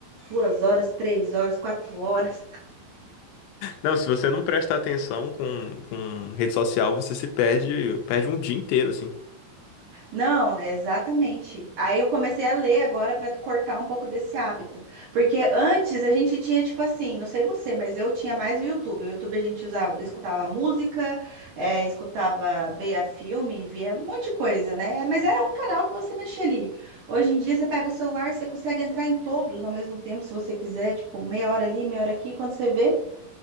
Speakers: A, on the right; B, on the left.
A: duas horas, três horas, quatro horas.
B: Não, se você não presta atenção com, com rede social, você se perde, perde um dia inteiro, assim.
A: Não, exatamente. Aí eu comecei a ler agora para cortar um pouco desse hábito. Porque antes a gente tinha, tipo assim, não sei você, mas eu tinha mais o YouTube. O YouTube a gente usava, escutava música, eh, escutava, via filme, via um monte de coisa, né? Mas era um canal que você mexia ali. Hoje em dia você pega o celular, você consegue entrar em todos ao mesmo tempo, se você quiser, tipo, meia hora ali, meia hora aqui. Quando você vê,